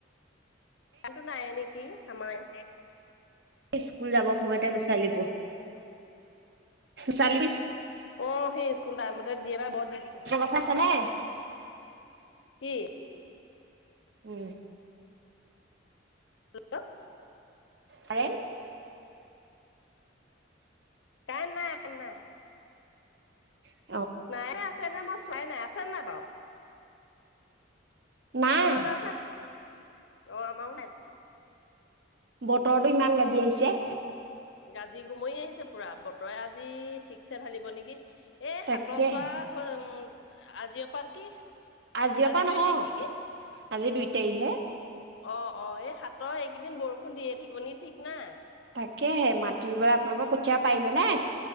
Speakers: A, on the left; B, on the right.
A: গানটো নাই নেকি আমাৰে নাই।
B: স্কুল যাব সময়তে নচাৱাইলিব।
A: কুঠ
B: চালি
A: অ সেই স্কুল টাইমতে দে বাাই বৰ দিগ
B: ফালে আছে নে?
A: উ
B: উম
A: হেল্ল'
B: হৰেণ
A: কাই নাই কে ন
B: উ
A: নাইে আছে ন মই চোৱাই নাই আছে নে নাই বাৰু
B: নাই
A: তোমালোকৰ আছে অ আম অওনাদ
B: বতৰৰতটো ইমান গাজি আহিছে
A: গাজি গুমৰি আহিছে পুৰা বতৰে আজি ঠিকছে ঢালিব নেকি এই
B: তাকেহে
A: সাতৰ চোৱা হৈ উ আজি অ পাৰ কি
B: আজিিৰ
A: আজি
B: পৰা
A: দুই
B: নহয়
A: তাৰিখ নেকি
B: আজি দুই তাৰিখহে
A: অ অ এই হাতৰ এইকেইদিন বৰষুণ দিয়ে থাকিব নিেি ঠিক না
B: তাকেহে মাটিৰ পৰা আপোনালোকৰ কঠীয়া পাৰিলে নে